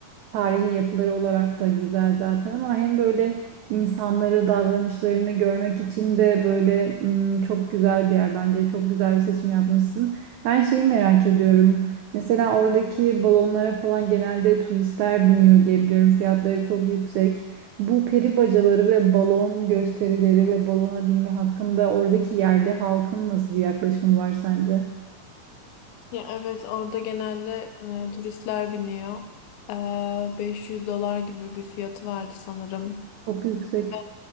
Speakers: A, on the right; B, on the left.
A: Tarihi yapıları olarak da güzel zaten ama hem böyle insanları, davranışlarını görmek için de böyle mm, çok güzel bir yer bence. Çok güzel bir seçim yapmışsın. Ben şeyi merak ediyorum. Mesela oradaki balonlara falan genelde turistler biniyor diye biliyorum. Fiyatları çok yüksek. Bu peri bacaları ve balon gösterileri ve balona binme hakkında oradaki yerli halkın nasıl bir yaklaşımı var sence?
B: Ya evet orada genelde e, turistler biniyor. E, 500 dolar gibi bir fiyatı vardı sanırım.
A: Çok yüksek.
B: Ve